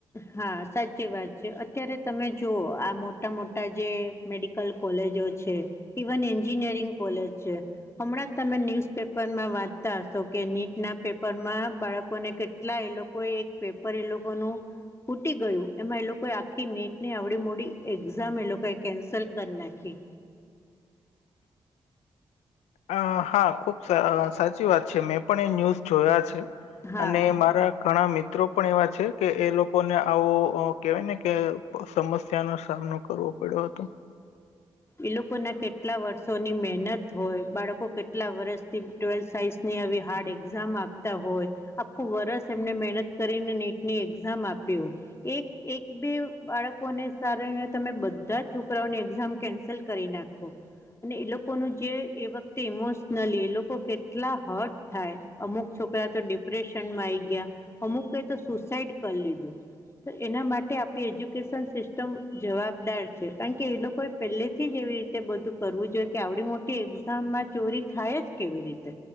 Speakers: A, on the left; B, on the left.
A: હા સચ કે વાત છે, અત્યારે તમે જુઓ આ મોટા મોટા જે મેડિકલ કોલેજો છે ઇવન એન્જિનિયરિંગ કોલેજ છે હમણાં તમે ન્યુઝ પેપર માં વાંચતા હશો કે નીટ ના પેપરમાં બાળકોને કેટલા એ લોકો કોઈ એક પેપર એ લોકોનું ફુટી ગયું એમાં એ લોકોએ આખી નીટ ની આવડી મોડી એક્ઝામ એ લોકોએ કેન્સલ કરી નાખી
B: અ હા ખુબ સાચી વાત છે મેં પણ એ ન્યૂઝ જોયા છે
A: હા
B: અને મારા ઘણા મિત્રો પણ એવા છે, કે એ લોકોને આવો કેહેવાય ને કે સમસ્યાનો સામનો કરવો પડ્યો હતો,
A: એ લોકો ના કેટલા વર્ષોની મહેનત હોય બાળકો કેટલા વર્ષથી ટ્વેલ્થ સાયન્સ ની આવી હાર્ડ એક્ઝામ આપતા હોય આખું વરસ એમને મહેનત કરીને નીટની એક્ઝામ આપ્યો એક એક બે બાળકોને કારણે ને તમે બધા છોકરાઓની એક્ઝામ કેન્સલ કરી નાખો અને એ લોકોનું જે એ વખતે ઈમોશનલી એ લોકો કેટલા હટ થાય અમુક છોકરા તો ડિપ્રેશનમાં આઈ ગયા અમુકે તો સુસાઈડ કરી લીધું, તો એના માટે આપણી એજ્યુકેશન સિસ્ટમ જવાબદાર છે, કારણ કે એ લોકો પહેલે થી એવી રીતે બધું કરવું જોઈએ કે આવડી મોટી એક્ઝામમાં ચોરી થાય જ કેવી રીતે